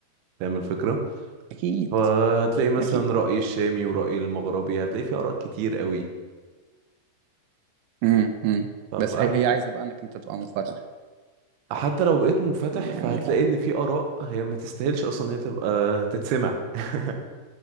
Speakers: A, on the right; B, on the right.
A: فاهم الفكرة
B: اكيد
A: فهتلاقي مثلا
B: اكيد
A: رأي الشامي ورأي المغربي هتلاقي في آراء كتير قوي
B: امم امم
A: ف- فاحنا
B: بس هي هي عايزه بقى انك انت تبقى منفتح
A: حتى لو بقيت منفتح
B: يعني
A: فهتلاقي ان في آراء هي ما تستاهلش اصلا ان هي تبقى تتسمع <laughs>